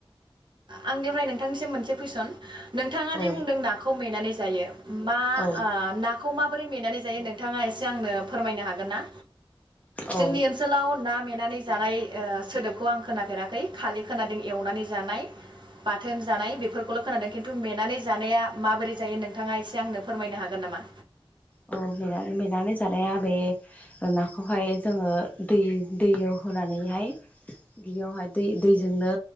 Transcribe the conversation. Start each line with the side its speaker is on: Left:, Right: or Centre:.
Right: आंनिफ्राय नोंथांनिसिम मोनसे कुइसन । नोंथांङा
Left: औ
Right: दि बुंदों नाखौ मेनानै जायो । मा
Left: औ
Right: ओ नाखौ मा माबोरै मेनानै जायो नोंथांङा एसे आंनो फोरमायनो हागोन ना?
Left: औ
Right: जोंनि ओनसोलाव ना मेनानै जानाय ओ सोदोबखौ आं खोनाफेराखै खालि खोनादों एवनानै जानाय । बाथोन जानाय बेफोरखौल' खोनादों खिन्थु मेनानै जानाया माबोरै जायो नोंथांङा एसे आंनो फोरमायनो हागोन नामा?
Left: औ मेनानै मेनानै जानाया बे नाखौहाय जोंङो दै दैयाव होनानैहाय बेयावहाय दै दैजोंनो